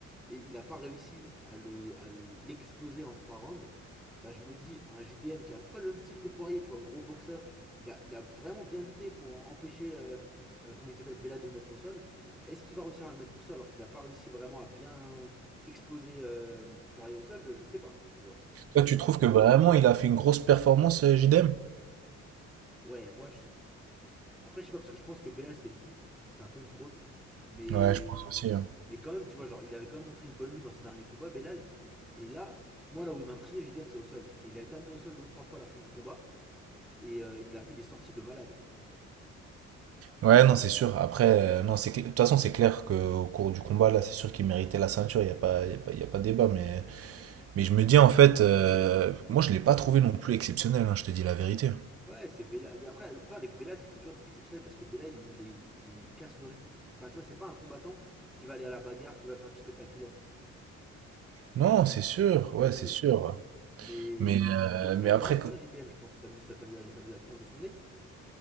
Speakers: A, in the centre; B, on the right.
A: et il n'a pas réussi à l'exploser le- à l'exploser en trois rounds, bah je me dis, un JDM qui a à peu près le même style que Poirier, tu vois, gros boxeur, il a, il a vraiment bien lutté pour empêcher, euh, euh, comment il s'appelle, Bella de le mettre au sol. Est-ce qu'il va réussir à le mettre au sol alors qu'il n'a pas réussi vraiment à bien exploser euh, Poirier au sol Je sais pas, tu vois.
B: Toi, tu
A: euh,
B: trouves que vraiment, il a fait une grosse performance, euh, JDM?
A: Ouais, moi, je... après, je sais pas, parce que je pense que Bella c'était une pipe, c'était un peu une fraude, mais
B: Ouais, je pense aussi.
A: Mais quand même, tu vois, genre, il avait quand même montré une bonne lutte dans ses derniers combats, Belal. Et là, moi, là où il m'a impressionné, JDM, c'est au sol. C'est il a été amené au sol deux ou trois fois à la fin du combat et euh, il a fait des sorties de malade.
B: Ouais, non, c'est sûr. Après, euh, non, c'est cl- de toute façon, c'est clair qu'au cours du combat, là, c'est sûr qu'il méritait la ceinture. Il n'y a pas, y a pas, y a pas débat. Mais, mais je me dis, en fait, euh, moi, je ne l'ai pas trouvé non plus exceptionnel, hein, je te dis la vérité.
A: Ouais, c'est Belal. Mais après, le problème avec Belal, c'est que c'est toujours d'être exceptionnel parce que Belal, il, il est- il- il casse le rythme. Enfin, tu vois, c'est pas un combattant qui va aller à la bagarre, qui va faire du spectaculaire.
B: Non, c'est sûr.
A: Du
B: Ouais,
A: coup, c'est.
B: c'est sûr.
A: Mais.
B: Mais, euh,
A: C'est
B: mais
A: un
B: après,
A: dur à cuire, JDM, je pense. T'as vu, t'as vu, t'as vu la la tranche de son nez